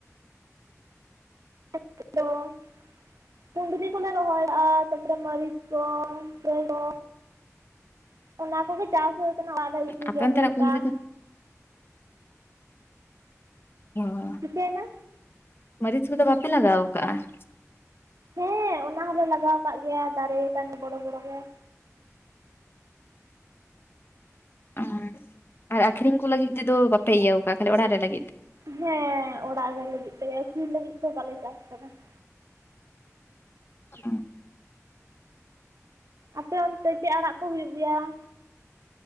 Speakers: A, on the right; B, on the left.
A: <unintelligible> ᱠᱩᱸᱫᱽᱨᱤ ᱠᱚᱞᱮ ᱨᱚᱦᱚᱭᱮ-ᱟ ᱛᱟᱯᱚᱨᱮ ᱢᱟᱹᱨᱤᱪ ᱠᱚ ᱯᱩᱨᱟᱹᱭ ᱠᱚ ᱚᱱᱟ ᱠᱚᱜᱮ ᱪᱟᱥ ᱦᱩᱭ ᱠᱟᱱᱟ ᱚᱲᱟᱜ ᱨᱮ ᱩᱛᱩ
B: ᱟᱯᱮ
A: ᱡᱚᱢ
B: ᱚᱱᱛᱮᱱᱟᱜ
A: ᱞᱮᱠᱟ
B: ᱠᱩᱸᱫᱽᱨᱤ
A: ᱾
B: ᱫᱚ <unintelligible>
A: ᱪᱤᱠᱟᱹᱭᱱᱟ
B: ᱢᱟᱹᱨᱤᱪ ᱠᱚᱫᱚ ᱵᱟᱯᱮ ᱞᱟᱜᱟᱣ ᱟᱠᱟᱜ-ᱟ ᱾
A: ᱦᱮᱸ ᱚᱱᱟ ᱦᱚᱞᱮ ᱞᱟᱜᱟᱣ ᱠᱟᱜ ᱜᱮᱭᱟ ᱫᱟᱨᱮ ᱠᱟᱱ ᱵᱚᱲᱚ ᱵᱚᱲᱚ ᱜᱮ ᱾
B: <unintelligible> ᱟᱠᱷᱨᱤᱧ ᱠᱚ ᱞᱟᱹᱜᱤᱫ ᱛᱮᱫᱚ ᱵᱟᱯᱮ ᱤᱭᱟᱹ ᱟᱠᱟᱜ-ᱟ ᱠᱷᱟ. ‌ᱞᱤ ᱚᱲᱟᱜ ᱨᱮ <unintelligible> ᱾
A: ᱦᱮᱸ ᱚᱲᱟᱜ ᱨᱮ ᱞᱟᱹᱜᱤᱫ ᱛᱮᱜᱮ ᱟᱠᱷᱨᱤᱧ ᱞᱟᱹᱜᱤᱫ ᱫᱚ ᱵᱟᱞᱮ ᱪᱟᱥ ᱠᱟᱫᱟ ᱾
B: <unintelligible>
A: ᱟᱯᱮ ᱚᱱᱛᱮ ᱪᱮᱫ ᱟᱲᱟᱜ ᱠᱚ ᱦᱩᱭᱩᱜ ᱜᱮᱭᱟ ᱾